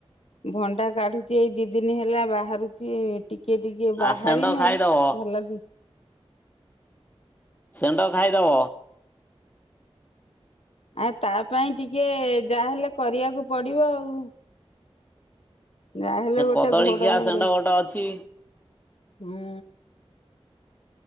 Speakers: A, on the left (about 80°); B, on the left (about 15°).
A: ଭଣ୍ଡା କାଢୁଚି ଏଇ ଦି ଦିନି ହେଲା ବାହାରୁଚି ଟିକେ ଟିକେ
B: ଆ
A: ବାହାରି
B: ଷେଣ୍ଢ
A: ନେଇଁ
B: ଖାଇଦବ।
A: ଭଲକି
B: ସେଣ୍ଡ ଖାଇଦବ।
A: ଆ ତାପାଇଁ ଟିକେ ଯାହାହେଲେ କରିବାକୁ ପଡ଼ିବ ଆଉ। ଯାହେଲେ
B: ସେ
A: ଗୋଟେ
B: କଦଳୀ
A: ଘୋଡ଼ଣି
B: ଖିଆ ଷେଣ୍ଢ
A: ଦ
B: ଗୋଟେ ଅଛି
A: ହୁଁ।